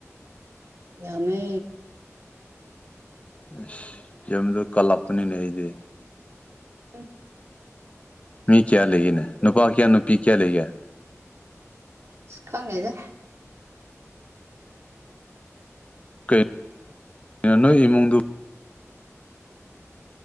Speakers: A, on the right; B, on the left.
A: ꯌꯥꯃꯦ
B: ꯑꯁ ꯌꯗꯣ ꯀꯜꯂꯛꯄꯅꯤꯅ ꯑꯩꯗꯤ
A: ꯎꯝ
B: ꯃꯤ ꯀꯌꯥ ꯂꯩꯒꯦꯅꯦ ꯅꯨꯄꯥ ꯀꯌꯥ ꯅꯨꯄꯤ ꯀꯌꯥ ꯂꯩꯒ
A: ꯁꯤ ꯀꯅꯤꯗ
B: ꯀꯩꯅꯣ ꯅꯣꯏ ꯏꯃꯨꯡꯗꯨ